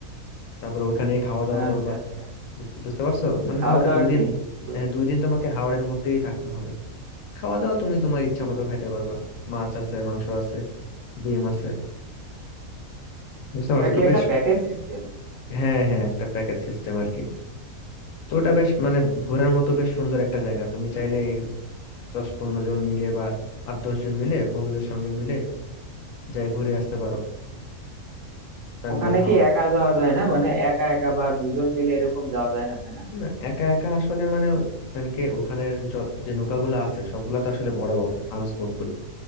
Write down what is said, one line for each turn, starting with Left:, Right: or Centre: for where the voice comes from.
Left: তারপর ওখানেই খাওয়া দাওয়া
Right: আচ্ছা
Left: করবা
Right: আচ্ছা
Left: বুঝ- বুঝতে পারছো মানে
Right: খাওয়া
Left: তোমাকে
Right: দাওয়া
Left: দুই
Right: কি
Left: দিন
Right: বু-
Left: হ্যাঁ, দুই দিন তোমাকে হাওড়ের মধ্যেই থাকতে হবে খাওয়া দাওয়া তুমি তোমার ইচ্ছা
Right: বুঝ-
Left: মতো খাইতে পারবা মাছ আছে মাংস আছে ডিম আছে বুঝতে
Right: ওটা
Left: পারছো
Right: কি
Left: তো
Right: একটা
Left: বেশ
Right: প্যাকেজ সিস্টেম
Left: হ্যাঁ হ্যাঁ একটা প্যাকেজ সিস্টেম আর কি তো ওটা বেশ মানে ঘোরার মতো বেশ সুন্দর একটা জায়গা তুমি চাইলে দশ পনেরো জন মিলে বা আট দশ জন মিলে বন্ধুদের সঙ্গে মিলে যাই ঘুরে আসতে পারো টাঙ্গুয়ার
Right: ওখানে
Left: হাওর
Right: কি একা যাওয়া যায় না মানে একা একা বা দুজন মিলে এরকম যাওয়া যায় না তাই না
Left: না একা একা আসলে মানে ওখানে ওখানের য- যে নৌকাগুলো আছে সবগুলা তো আসলে বড় বড় হাউস বোট গুলো